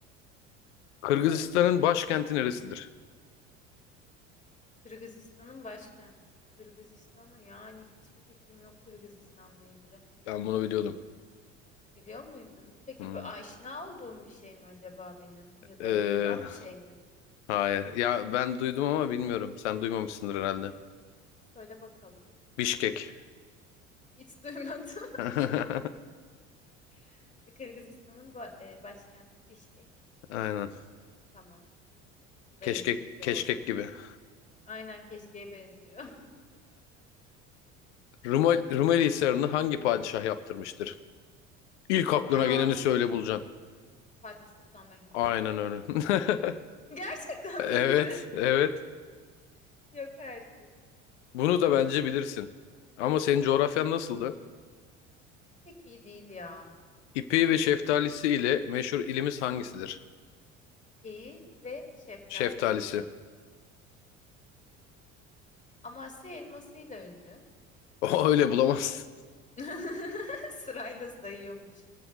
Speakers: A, on the left; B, on the left.
A: Kırgızistan'ın
B: Olsun.
A: başkenti neresidir?
B: Kırgızistan'ın başkenti. Kırgızistan'ı yani hiçbir fikrim yok Kırgızistan'la ilgili.
A: Ben bunu biliyordum.
B: Biliyor muydun? Peki
A: Hmm.
B: bu aşina olduğum bir şey mi acaba benim? Ya da
A: Ee,
B: duyulan bir şey mi?
A: hayır. Ya ben duydum ama bilmiyorum. Sen duymamışsındır herhalde.
B: Söyle bakalım.
A: Bişkek.
B: Hiç duymadım.
A: <laughs>
B: <laughs> Kırgızistan'ın ba- e, başkenti Bişkek.
A: Aynen.
B: Tamam. Bu da
A: Keşkek,
B: yeni bilgi
A: keşkek
B: oldu.
A: gibi. <laughs>
B: Aynen keşkeye benziyor. <laughs>
A: Rumel, Rumeli Hisarı'nı hangi padişah yaptırmıştır? İlk aklına
B: Ya
A: geleni söyle bulacaksın.
B: Fatih Sultan Mehmet.
A: Aynen öyle. <laughs>
B: Gerçekten
A: Evet,
B: miydi?
A: evet.
B: <laughs> Yok artık.
A: Bunu da bence bilirsin. Ama senin coğrafyan nasıldı?
B: Pek iyi değil ya.
A: İpeği ve şeftalisi ile meşhur ilimiz hangisidir?
B: İpeği ve şeftalisiyle.
A: Şeftalisi. <laughs>
B: Amasya elmasıyla ünlü.
A: O öyle bulamazsın.
B: <laughs> Sırayla sayıyormuşum.